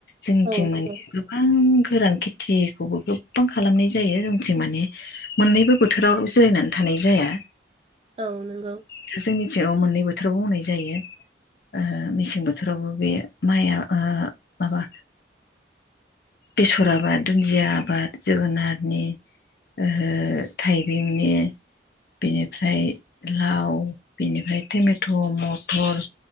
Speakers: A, on the left; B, on the right.
A: जोंनिथिं
B: औ नंगौ
A: माने गोबां गोरान खेथिखौबो गोबां खालामनाय जायो जोंथिं माने मोननैबो बोथोराव जिरायनानै थानाय जाया
B: औ नंगौ
A: जोंनिथिङाव मोननै बोथोरावबो बुंनाय जायो ओ मेसें बोथोर बोथोरावबो बे माइआ ओ माबा बेसर आबाद दुन्दिया आबाद जोगोनारनि ओ थाइबेंनि बेनिफ्राय लाव बेनिफ्राय टमेट' मटर